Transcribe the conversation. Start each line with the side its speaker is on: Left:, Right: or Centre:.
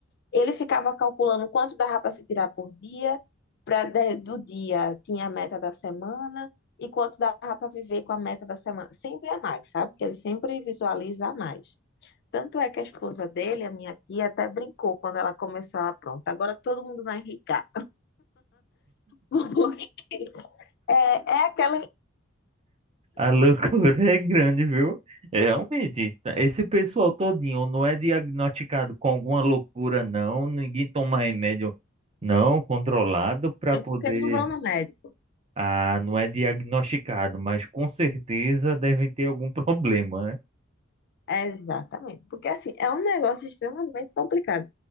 Left: ele ficava calculando quanto dava para se tirar por dia, para do dia tinha a meta da semana e quanto dava para viver com a meta da semana. Sempre a mais, sabe? Que ele sempre visualiza a mais. Tanto é que a esposa dele, a minha tia, até brincou quando ela começou lá, pronto, agora todo mundo vai enricar. <laughs> Porque é, é aquela.
Right: a loucura <laughs> é grande, viu? É, Realmente, tá- esse pessoal todinho não é diagnosticado com alguma loucura, não. Ninguém toma remédio não controlado para
Left: É
Right: poder.
Left: porque não vão no médico.
Right: Ah, não é diagnosticado, mas com certeza devem ter algum <laughs> problema, né?
Left: É, exatamente. Porque assim, é um negócio extremamente complicado.